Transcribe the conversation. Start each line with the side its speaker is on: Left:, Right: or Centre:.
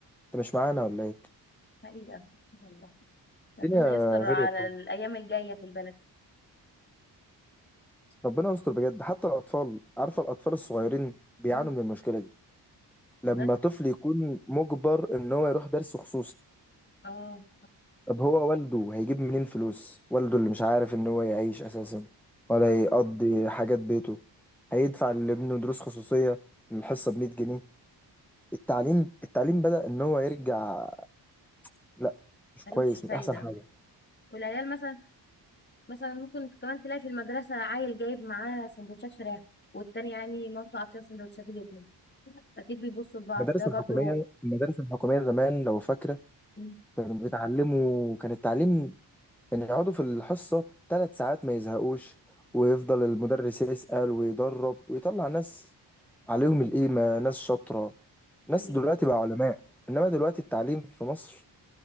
Centre: انت مش معانا ولا ايه
Left: حقيقة والله ربنا
Centre: الدنيا
Left: يستر
Centre: غير
Left: على
Centre: خالص
Left: الأيام الجاية في البلد
Centre: ربنا يستر بجد حتى الاطفال عارفة الاطفال الصغيرين بيعانوا
Left: م-
Centre: من المشكلة دي لما
Left: بجد
Centre: طفل يكون مجبر ان هو يروح درس خصوصي
Left: اه
Centre: طب هو والده هيجيب منين فلوس والده اللي مش عارف ان هو يعيش اساسا ولا يقضي حاجات بيته هيدفع لابنه دروس خصوصية الحصة ب 100 جنيه التعليم التعليم بدأ ان هو يرجع لا مش
Left: ملوش
Centre: كويس
Left: فايدة
Centre: مش احسن حاجة
Left: والعيال مثلا مثلا ممكن كمان تلاقي في المدرسة عيل جايب معاه سندوتشات فراخ والتاني يعني مامته عاطيه سندوتشات جبنة فأكيد بيبصوا لبعض
Centre: المدارس
Left: ده برضو
Centre: الحكومية المدارس الحكومية زمان لو فاكرة
Left: مم.
Centre: كانوا بيتعلموا كان التعليم ان يقعدوا في الحصة ثلاث ساعات ما يزهقوش ويفضل المدرس يسأل ويدرب ويطلع ناس عليهم القيمة ناس شاطرة ناس
Left: طيب
Centre: دلوقتي بقى علماء انما دلوقتي التعليم في مصر